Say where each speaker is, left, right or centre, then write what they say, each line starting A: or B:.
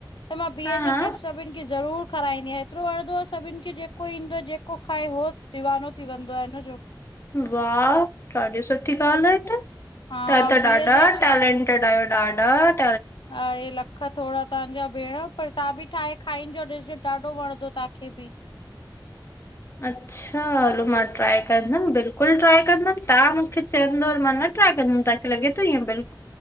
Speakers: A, on the left; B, on the left.
A: त मां बिह
B: हा हा
A: जो चिप्स, सभिन खे ज़रूर खराईंदी आयां, एतरो वणदो आ सभिन खे, जेको ईंदो आ, जेको खाए हो दीवानो थी वेंदो आ, हिनजो।
B: वाह! ॾाढी सुठी ॻाल्हि आ हे त,
A: हा
B: तहां त
A: बीह
B: ॾाढा
A: जा
B: टेलेंट यो <unintelligible>
A: हा ए ला ख थोड़ा तव्हांजा भेंण, पर तव्हां ॿि ठाहे खाईंॼो ॾिसॼो ॾाढो वणदो तांखे ॿि
B: अच्छा! हलो मां ट्राए कंदमि ॿिल्कुलु ट्राए कंदमि, तहां मुखे चैंदव और मां न ट्राए कंदमि तव खे लॻे तो इंय ॿिल्क्